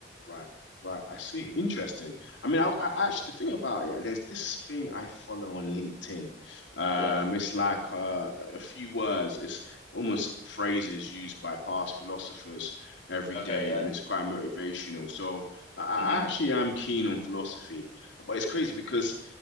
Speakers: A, on the left; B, on the left.
A: Right, right. I see. Interesting. I mean, I, I actually the thing about it, there's this thing I follow on LinkedIn. Um,
B: Yeah.
A: it's like uh, a few words. It's almost phrases used by past philosophers every
B: Okay.
A: day,
B: Yeah.
A: and it's quite motivational. So I, I
B: hmm
A: actually am keen on philosophy, but it's crazy because